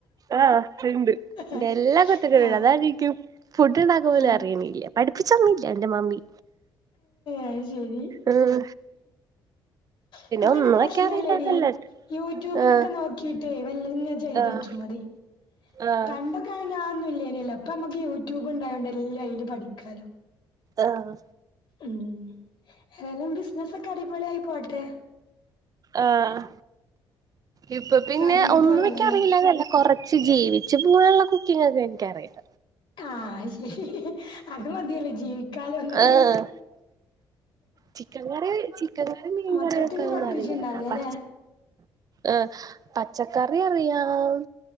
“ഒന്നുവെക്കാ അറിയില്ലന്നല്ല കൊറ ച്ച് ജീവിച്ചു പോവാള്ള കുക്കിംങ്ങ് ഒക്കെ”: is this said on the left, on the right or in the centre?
Right